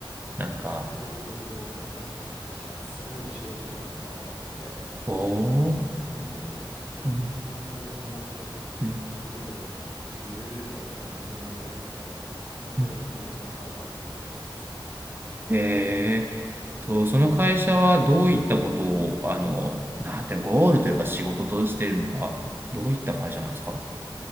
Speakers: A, on the right; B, on the left.
A: なんか、
B: それで言うと、僕たちの会社、すごい小規模のスタートアップで、
A: おー、
B: 全部で、
A: うん、
B: 日本の法人だと、
A: うん、
B: 従業員が10名から20名ぐらいの規模の、本当に駆け出しのスタートアップの企業なんですね。
A: うん。えーと、その会社はどういったことを、あの、なんていうの、ゴールというか仕事としているのか、どういった会社なんですか